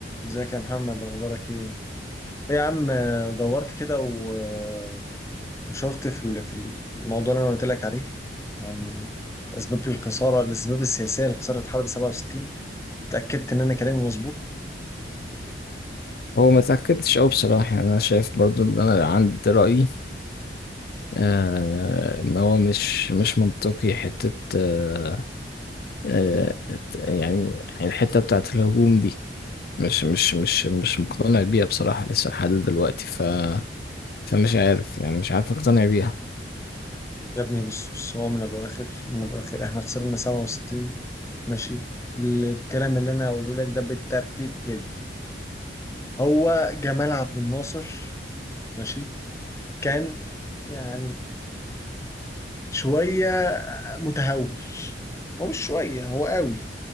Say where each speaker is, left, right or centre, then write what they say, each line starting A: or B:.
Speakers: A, on the left; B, on the left.
A: ازيك يا محمد اخبارك ايه؟ ايه يا عم دورت كده و- وشفت في ال- في الموضوع اللي انا قلت لك عليه عن اسباب الخساره الاسباب السياسيه لخساره حرب 67 اتاكدت ان انا كلامي مظبوط
B: هو ما تأكدتش أوي بصراحة يعني أنا شايف برضو إن أنا عندي رأيي آه إن هو مش مش منطقي حتة آه آه يعني الحتة بتاعة الهجوم دي مش مش مش مش مقتنع بيها بصراحة لسه لحد دلوقتي ف فمش عارف يعني مش عارف أقتنع بيها
A: يا ابني بص بص هو من الاخر من الاخر احنا خسرنا 67 ماشي الكلام اللي انا هقوله لك ده بالترتيب كده هو جمال عبد الناصر ماشي كان يعني شويه متهور هو مش شويه هو قوي